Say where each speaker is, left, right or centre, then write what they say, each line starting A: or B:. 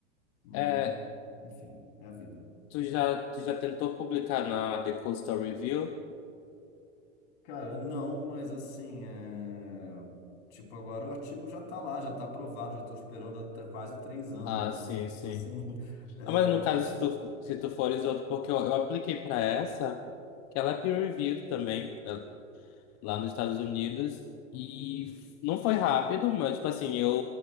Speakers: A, on the left; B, on the left.
A: Mas,
B: É,
A: enfim, é a vida.
B: tu já, tu já tentou publicar na The Coastal Review?
A: Cara, não, mas assim, é... tipo, agora o artigo já está lá, já está aprovado, já estou esperando até quase três anos,
B: Ah, sim,
A: né? Então,
B: sim.
A: assim, é...
B: Ah, mas no
A: co-
B: caso, se tu, se tu fores outro, porque eu, eu apliquei pra essa, que ela é peer-reviewed também, né, lá nos Estados Unidos, e f- não foi rápido, mas, tipo assim, eu